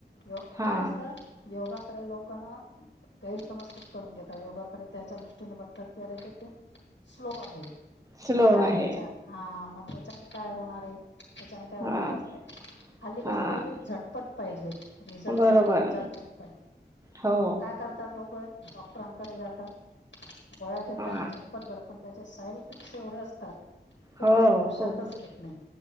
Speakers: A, on the left (about 85°); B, on the right (about 20°).
A: <unintelligible>
B: हां
A: काय असत योगाकडे लोक ना गैरसमज खूप करून घेता योगाकडे त्याच्या दृष्टीने बघ तर <unintelligible> स्लो आहे
B: स्लो
A: मग काय
B: आहे
A: त्याच्या- हां मग त्याच्याने काय होणार आहे त्याच्याने काय
B: हां
A: होणारच नाही हल्ली कसं
B: हां
A: पाहिजे झटपट पाहिजे रिझल्ट
B: बरोबर
A: सगळ्यांना झटपट पाहिजे
B: हो
A: मग काय करतात लोक डॉक्टरांकडे जातात गोळ्या घेतात
B: हां
A: झटपट <inaudible> त्याचे साईड इफेक्टस एवढे असतात ते
B: हो
A: कोणी लक्षातच
B: खूप
A: घेत नाही